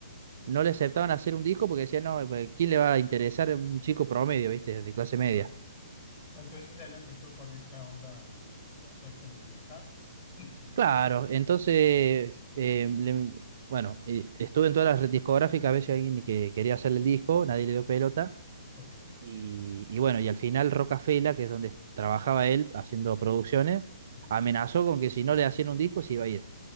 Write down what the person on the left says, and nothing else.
claro. Entonces él empezó con esta onda medio, hacerse medio hard. <laughs>
Ok.
ujú,